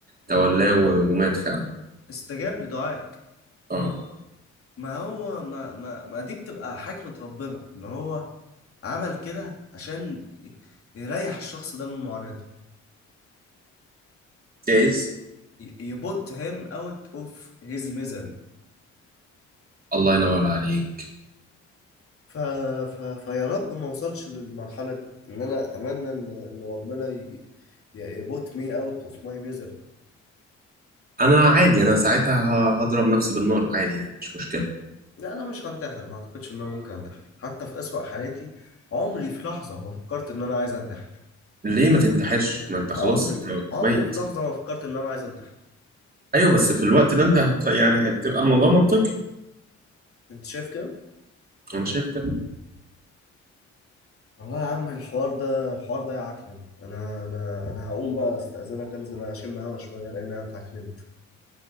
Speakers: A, on the right; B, on the left.
A: تولاه و- ومات فعلا
B: استجاب لدعائك
A: اه
B: ما هو ما ما ما دي بتبقى حكمة ربنا ان هو عمل كده عشان ي- يريح الشخص ده من معاناته
A: جايز
B: يبوت him out of his misery
A: الله ينور عليك
B: ف... ف... فيا رب ما اوصلش للمرحلة دي ان انا اتمنى ان ان ربنا ي... يبوت me out of my misery
A: انا عادي انا ساعتها ه- هضرب نفسي بالنار عادي يعني مش مشكله
B: لا انا مش هنتحر ما اعتقدش ان انا ممكن انتحر حتى في اسوأ حالاتي عمري في لحظة ما فكرت ان انا عايز انتحر
A: ليه ما تنتحرش ما انت خلاص
B: عمري
A: انت
B: عمري
A: ميت
B: في لحظة ما فكرت ان انا عايز انتحر
A: ايوه بس في الوقت ده انت هت... يعني هتبقى الموضوع منطقي
B: انت شايف كده
A: انا شايف كده
B: والله يا عم الحوار ده الحوار ده يعكنن انا انا انا هقوم بقى استأذنك انزل اشم هوا شويه لان انا اتعكننت